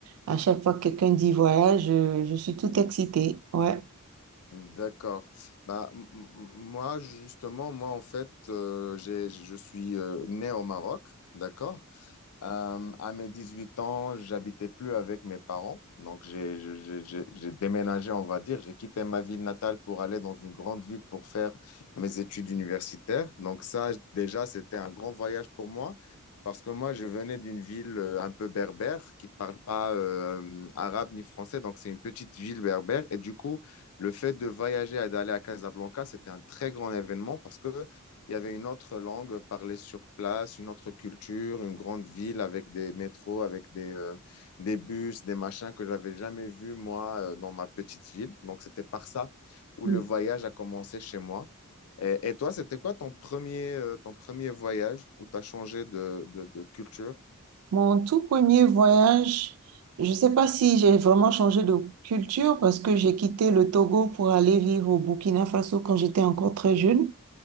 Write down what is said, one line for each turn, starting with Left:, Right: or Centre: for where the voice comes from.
Right: à chaque fois que quelqu'un dit voyage, je, je suis tout excitée, ouais.
Left: D'accord. Bah, m- m- moi, justement, moi, en fait, euh, j'ai- je suis euh, né au Maroc, d'accord? Euh, à mes 18 ans, j'habitais plus avec mes parents. Donc, j'ai je- je- je- j'ai déménagé, on va dire. J'ai quitté ma ville natale pour aller dans une grande ville pour faire mes études universitaires. Donc, ça, déjà, c'était un grand voyage pour moi parce que moi, je venais d'une ville euh, un peu berbère qui parle pas euh, arabe ni français. Donc, c'est une petite ville berbère. Et du coup, le fait de voyager et d'aller à Casablanca, c'était un très grand événement parce que il y avait une autre langue parlée sur place, une autre culture, une grande ville avec des métros, avec des, euh, des bus, des machins que j'avais jamais vus, moi, euh, dans ma petite ville. Donc, c'était par ça où
Right: Mhm.
Left: le voyage a commencé chez moi. Et, et toi, c'était quoi ton premier, euh, ton premier voyage où tu as changé de, de, de culture?
Right: Mon tout premier voyage, je ne sais pas si j'ai vraiment changé de culture parce que j'ai quitté le Togo pour aller vivre au Burkina Faso quand j'étais encore très jeune.